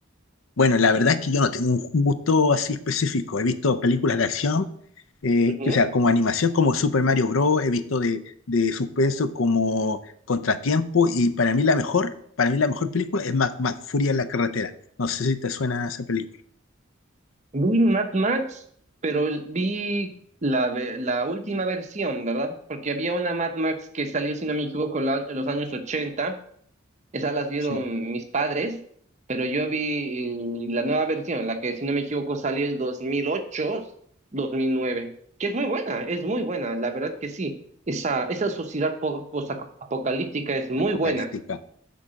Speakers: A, on the left; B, on the right.
A: Bueno, la verdad es que yo no tengo un un gusto así específico. He visto películas de acción, eh,
B: Ujú.
A: que, o sea, como animación, como Super Mario Bros. He visto de, de suspenso como Contratiempo y para mí la mejor, para mí la mejor película es Mac, Furia en la carretera. No sé si te suena esa película.
B: Vi Mad Max, pero el- vi la, ve- la última versión, ¿verdad? Porque había una Mad Max que salió, si no me equivoco, la- en los años 80. Esas las vieron
A: Sí,
B: mis padres, pero yo vi eh, la nueva versión, la que si no me equivoco salió el dos dos mil ocho dos mil nueve que es muy buena, es muy buena, la verdad que sí. Esa, esa sociedad po- post-apocalíptica es muy
A: Apocalíptica.
B: buena,